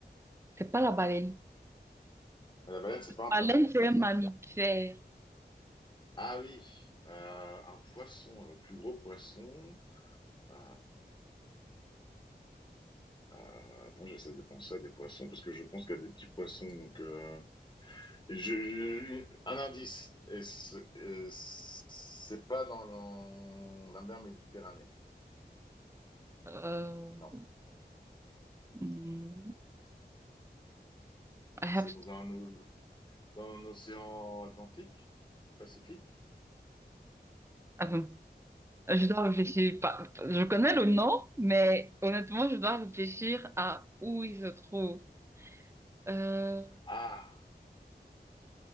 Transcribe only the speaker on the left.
La baleine, c'est pas un
poisson,
c'est
ça?
Ah oui, euh, un poisson, le plus gros poisson. Euh... euh, Attends, j'essaie de penser à des poissons parce que je pense qu'il y a des petits poissons, donc. euh, Je, je- un indice, et ce- euh, c'est pas dans l'en- la mer Méditerranée.
Non,
c'est dans un, o- dans un océan Atlantique, Pacifique.
Ah,